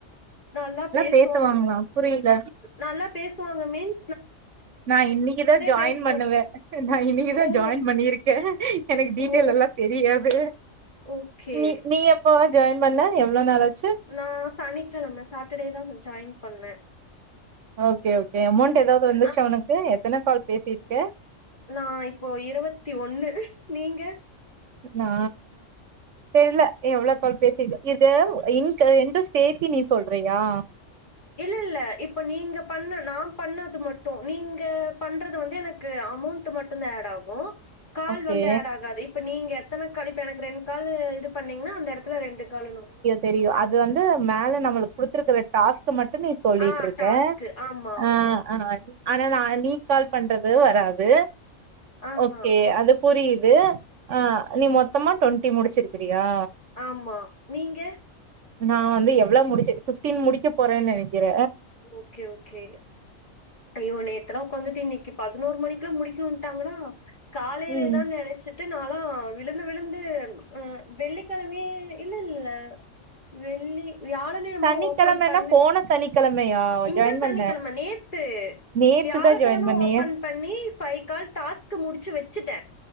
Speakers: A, on the left; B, on the right.
A: நல்லா பேசுவாங்க
B: பேசுவாங்களா புரியல
A: நல்லா பேசுவாங்க மீன்
B: நா இன்னைக்குதா ஜாயின்
A: பேசுவாங்க.
B: பண்ணுவே நா இன்னைக்குதா
A: ஓ!
B: ஜாயின் பண்ணிரு கே எனக்கு டீட்டெய்ல்
A: ஓ!
B: எல்லா தெரியாது
A: ஓகே.
B: நீ நீ எப்ப ஜாயின் பண்ண எவ்வளோ நாளாச்சு
A: நா சனிக்கிழம சாட்டர்டேதா ஜாயின் பண்ண
B: ஓகே ஓகே அமௌண்ட் எதாவது வந்துச்சா
A: அ
B: உனக்கு எத்தன கால் பேசியிருக்க
A: நா இப்போ இருவத்தி ஒன்னு நீங்க
B: நா தெர்ல எவ்ளோ கால் பேசிர்க்க இது இண்ட் ரெண்டு சேத்தி நீ சொல்றியா
A: இல்ல இல்ல இப்ப நீங்க பண்ண நான் பண்ணது மட்டு நீங்க பண்றது வந்து என க்கு அமௌண்ட் மட்டு ஆட் ஆகு கால்
B: ஓகே.
A: வந்தா ஆட் ஆகாது இப்ப நீங்க எத்தன கால் இப்ப எனக்கு ரெண் கால் இது பண்ணீங்கனா அந்த எடத்துல ரெண்டு காலுனு
B: தெரியு அது வந்து மேல நம்மளுக்கு குடுத்துருக்கற டாஸ்க் மட்டுமே சொல்லிட்டுருக்க
A: ஆ டாஸ்க்கு. ஆமா.
B: அ அ ஆனா நா நீ கால் பண்றது வராது
A: ஆஹா.
B: ஓகே அது புரிது ஆ நீ மொத்தமா ட்வெண்ட்டி முடிச்சிருக்கிறயா
A: ஆமா நீங்க
B: நா வந்து எவ்ளோ முடிச் பிஃப்டீன் முடிக்க போறன்னு நெனைக்கிற
A: ஓகே ஓகே அய்யோ நேத்தெல்லா உக்காந்துட்டு இன்னைக்கு பதினோரு மணிக்குல்ல முடிக்கணுட்டாங்ளா காலைலதா
B: ம்.
A: நெனச்சு ட்டு நாளா விழுந்து விழுந்து ம் வெள்ளிக்கிழமயே இல்லல்ல வெள்ளி வியாழன் என்னமோ
B: சனிக்கிழமைன்னா
A: ஓப்பன் பண்ண
B: போன சனிக்கிழமையா
A: இந்த
B: ஜாயின்
A: சனிக்கிழம
B: பண்ண?
A: நேத் து
B: நேத்துதா
A: வியாழக்கிழம
B: ஜாயின் பண்ணியா
A: ஓப்பன் பண்ணி ஃபை கால் டாஸ்க் முடிச்சு வெச்சுட்ட